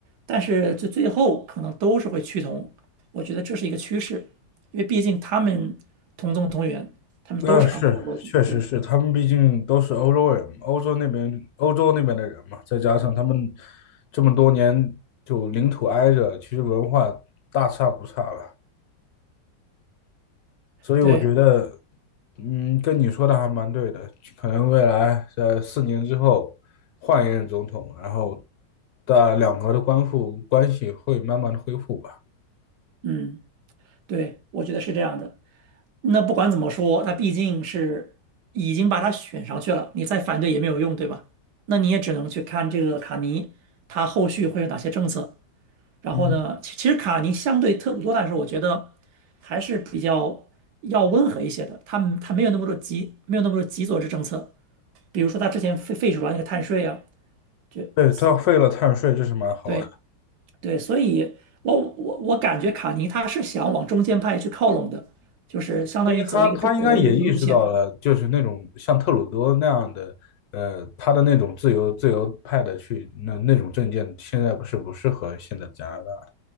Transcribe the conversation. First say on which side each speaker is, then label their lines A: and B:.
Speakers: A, on the right (about 70°); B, on the left (about 70°).
A: 但是最最后可能都是会趋同。我觉得这是一个趋势，因为毕竟他们同宗同源，他们都是昂萨过去对
B: 那是，确实是，他们毕竟都是欧洲人，欧洲那边欧洲那边的人嘛，再加上他们这么多年就领土挨着，其实文化大差不差了，所以我觉得，
A: 对，
B: 嗯，跟你说的还蛮对的，可能未来在四年之后换一任总统，然后的两国的关复关系会慢慢的恢复吧。
A: 嗯，对，我觉得是这样的。那不管怎么说，那毕竟是已经把他选上去了，你再反对也没有用，对吧？那你也只能去看这个卡尼他后续会有哪些政策。然后呢，
B: 嗯，
A: 其其实卡尼相对特鲁多但是我觉得还是比较要温和一些的。他他没有那么多极，没有那么多极左之政策。比如说他之前废废除了那个碳税啊，就是
B: 对，他废了碳税，这是蛮好的。
A: 对对，所以我我我感觉卡尼他是想往中间派去靠拢的，就是相当于走一个中国的路路线。
B: 因为他他应该也意识到了，就是那种像特鲁多那样的，呃，他的那种自由自由派的去那那种政见，现在不是不适合现在加拿大。